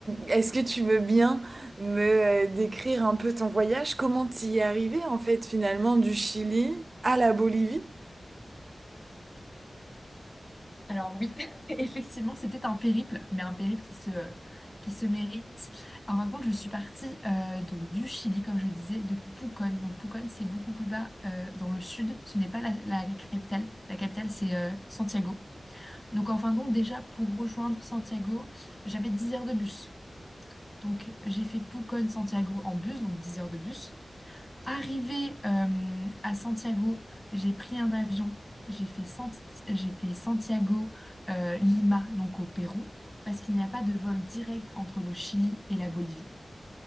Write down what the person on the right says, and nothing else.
est-ce que tu veux bien me euh, décrire un peu ton voyage? Comment t'y es arrivé en fait finalement du Chili à la Bolivie?